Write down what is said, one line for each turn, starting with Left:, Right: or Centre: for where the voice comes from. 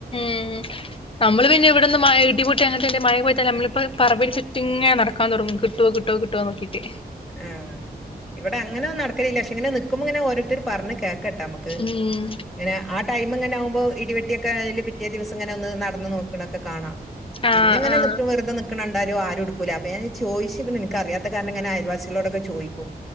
Left: ഉം നമ്മള് പിന്നെ ഇവിടുന്ന് മഴ ഇടിപൊട്ടി അങ്ങനത്തെ മഴ പോത്താ നമ്മളിങ്ങനെ പറമ്പിന് ചുറ്റ്ങ്ങനെ നടക്കാൻ തുടങ്ങും കിട്ടോ കിട്ടോ കി ട്ടോ നോക്കിട്ട്
Centre: ആ ഇവിടെ അങ്ങനൊന്നും നടക്കലില്ല പക്ഷെ ഇങ്ങനെ നിൽക്കുമ്പോ ഇങ്ങനെ ഓരോരുത്തര് പറഞ് കേ കേട്ട മ്മക്ക്
Left: ഉം
Centre: അങ്ങനെ ആ ടൈമ് ഇങ്ങനെ ആകുമ്പോ ഇടിവെട്ടിയൊക്കെ അതില് പിറ്റേ ദിവസം അങ്ങനെ ഒന്ന് നടന്ന് നോക്കണൊക്കെ കാണാ പിന്നെങ്ങനെ
Left: ആഹ് ആഹ്
Centre: നി വെറുതെ നി ണ കണ്ടാലും ആരും എടുക്കൂല അപ്പൊ ഞാന് ചോദിച്ചിക്ക്ണ് എനിക്കറിയാത്ത കാരണംങ്ങനെ അയൽവാസികളോടൊക്കെ ചോയിക്കും